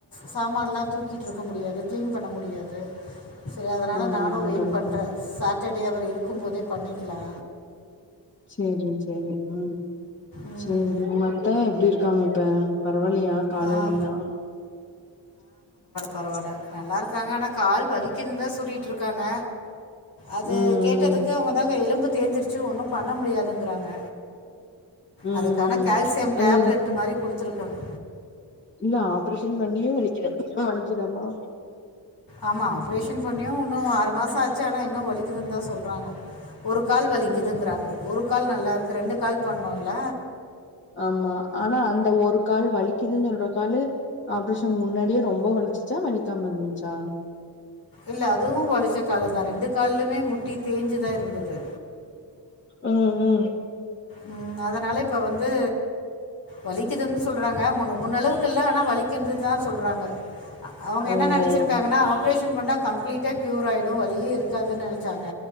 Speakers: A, on the left; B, on the left.
A: சாமாலா தூக்கிட்டுருக்க முடியாது கிளீன் பண்ணமுடியாது செரி அதனால
B: ஆமா
A: நானு
B: ஆமா
A: வெயிட்
B: கரெக்ட்
A: பண்றே
B: தா
A: சா டே அவர் இருக்கு போதே பண்ணிக்லா
B: சேரி சேரி ம்
A: ம்
B: சேரி உங்க அத்த எப்டி இருக்காங்க இப்ப பரவால்லயா கால்
A: ஆ,
B: வலியெல்லா?
A: பரவால்ல நல்லாருக் காங்க ஆனா கால் வலிக்கிதுன்தா சொல்லி ட்ருக்காங்க அது
B: ம் ம்
A: கேட்டதுக்கு அவங்கதாங்க எலும்பு தேஞ்சிருச்சு ஒன்னு பண்ண முடியாதுங்கிறாங்க
B: ம் ம்
A: அதுக்கு ஆனா கால்சியம்
B: அது
A: டேப்லெட் மாரி குடுத் துருக்காங்க
B: இல்ல ஆப்ரேஷன் பண்ணியு வலிக்குதா வலிக்குதாமா?
A: ஆமா ஆப்ரேஷன் பண்ணியு உன்னு ஆறு மாசோ ஆச்சா ஆனா இன்னு வலிக்குதுன்தா சொல் றாங்கோ ஒரு கால் வலிக்குதுங்கிறாங்க
B: ம்
A: ஒரு கால் நல்லாருக்கு ரெண்டு கால் பண்ணோல்ல
B: ஆமா ஆனா அந்த ஒரு கால் வலிக்குதுன்னு சொல்ற காலு ஆப்ரேஷன் முன்னாடியே ரொம்ப வலிச்சி ச்சா வலிக்காம இருந்துச்சா?
A: இல்ல அதுவு வலிச்ச காலுதா ரெண்டு காலுமே முட்டி தேஞ்சுதா இருந்துது
B: ஆ ஆ
A: ம் அதனால இ ப்ப வந்து வலிக்குதுன் சொல்றாங்க முன்னு முன்னளவுக்கு இல்ல ஆனா வலிக்கின்றுதுதா சொல்றாங்க அ அவங்க என்ன
B: ஓஹோ
A: நெனச்சிருக்காங்கன்னா ஆப்ரேஷன் பண்ணா கம்ப்ளிட்டா க்யூர் ஆயி ரு வலியே இருக்காதுன்னு நெனைச்சாங்க